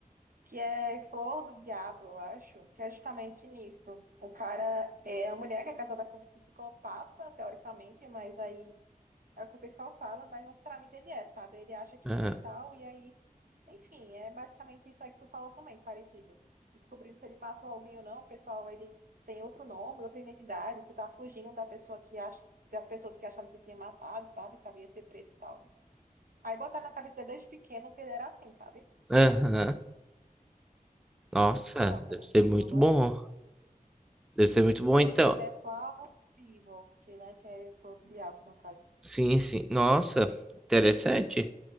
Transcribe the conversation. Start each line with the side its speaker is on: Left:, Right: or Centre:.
Right: que é Flor do Diabo, eu acho, que é justamente nisso. O cara é a mulher que é casada com um psicopata, teoricamente, mas aí é o que o pessoal fala, mas não necessariamente ele é, sabe? Ele acha que
Centre: Aham,
Right: é e tal, e aí. Enfim, é basicamente isso aí que tu falou também, parecido. Descobrindo se ele matou alguém ou não, o pessoal ele tem outro nome, outra identidade, que tá fugindo da pessoa que acha, das pessoas que acharam que tinha matado, sabe? Que havia ser preso e tal. Aí botaram na cabeça dele desde pequeno que ele era assim, sabe?
Centre: aham. Nossa,
Right: Muito bom também.
Centre: deve ser muito
Right: É um dorama.
Centre: bom. Deve ser muito bom,
Right: Aí
Centre: então.
Right: o nome é Cloud Evil, que, né, que é o diabo, no caso.
Centre: Sim, sim. Nossa, interessante.